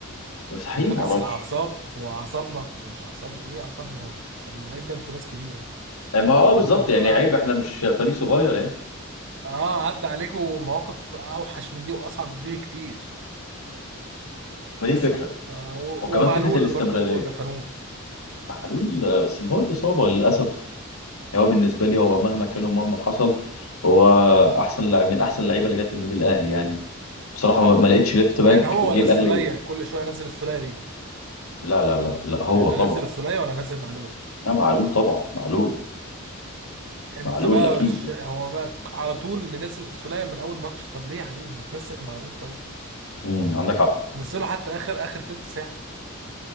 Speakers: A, on the left; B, on the right.
A: بس حقيقي
B: يقول
A: ما
B: لك
A: اعرفش
B: اصل الاعصاب هو اعصابنا ومش اعصابنا ايه اعصابنا ومش اعصابنا ايه ده انتوا ناس كبيره
A: آه، ما اه بالظبط
B: ده انتوا المفروض
A: يعني
B: عد...
A: عيب احنا مش فريق صغير يعني
B: اه عدى عليكم مواقف اوحش من دي واصعب من دي بكتير
A: ما دي
B: بس
A: فكرة
B: ف... و...
A: وكمان
B: ومعلول
A: فكرة الاستمرارية
B: برضو دفنوه
A: معلول آه، بس اللي هو الإصابة للأسف يعني هو بالنسبة لي هو مهما كان ومهما حصل هو أحسن لاعب من أحسن اللعيبة اللي جت النادي الأهلي يعني بصراحة ما ما لقيتش ليفت باك
B: يعني هو
A: جه
B: ولا
A: الأهلي
B: السوليه كل شويه نزل السوليه ليه
A: لا لا لا لا هو
B: يعني
A: طبعا
B: انزل السوليه ولا انزل معلول
A: لا معلول طبعا معلول
B: انت
A: معلول
B: بقى
A: أكيد
B: ش... هو بقى على طول منزل السولية من اول ماتش طب ليه يا حبيبي ما تنزل معلول طيب
A: امم عندك حق
B: نزله حتى اخر اخر تلت ساعة